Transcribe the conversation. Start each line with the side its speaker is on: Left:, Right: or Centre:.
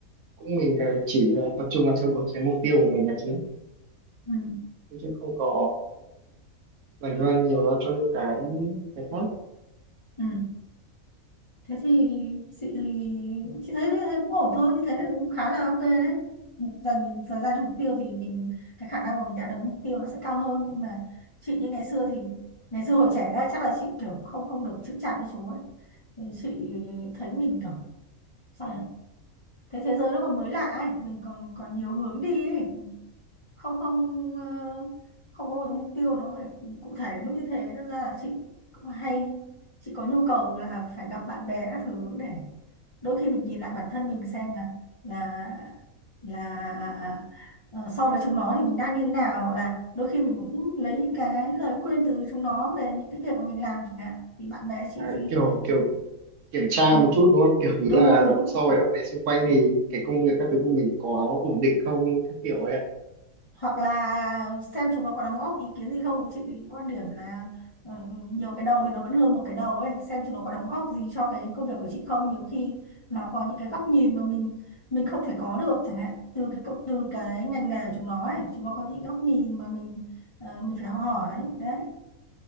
Right: cũng mình ờ, chỉ là tập trung vào theo đuổi cái mục tiêu của mình là chính
Left: ừ,
Right: chứ chứ không có dành thời gian nhiều cho những cái cái khác
Left: ừ. thế thì chị chị thấy thấy cũng ổn thôi như thế là cũng khá là ok đấy dành thời gian cho mục tiêu thì mình cái khả năng mà mình đạt được mục tiêu nó sẽ cao hơn nhưng mà chị như ngày xưa thì ngày xưa hồi trẻ ra chắc là chị kiểu không không được chững chạc với chú ấy thì chị thấy mình kiểu sao nhỉ thế thế giới nó còn mới lạ ấy mình còn còn nhiều hướng đi ấy không không ờ, không có một cái mục tiêu nó phải cụ thể đến mức như thế nên ra là chị cũng hay chị có nhu cầu là phải gặp bạn bè các thứ để đôi khi mình nhìn lại bản thân mình xem là là là ờ, so với chúng nó thì mình đang như nào hoặc là đôi khi mình cũng lấy những cái lời khuyên từ chúng nó về những cái việc mà mình làm chẳng hạn thì bạn bè chị
Right: à,
Left: thì
Right: kiểu kiểu kiểm tra
Left: ừ,
Right: một chút đúng không kiểu ý
Left: đúng
Right: là
Left: đúng đúng
Right: so với bạn bè xung quanh thì cái công việc các thứ của mình có ổn định không các kiểu ấy ạ
Left: hoặc là xem chúng nó có đóng góp ý kiến gì không chị quan điểm là ờ, nhiều cái đầu thì nó vẫn hơn một cái đầu ấy xem chúng nó có đóng góp gì cho cái công việc của chị không nhiều khi nó có những cái góc nhìn mà mình mình không thể có được chẳng hạn từ cái cộng- từ cái ngành nghề của chúng nó ấy chúng nó có những góc nhìn mà mình ờ, mình phải học hỏi đấy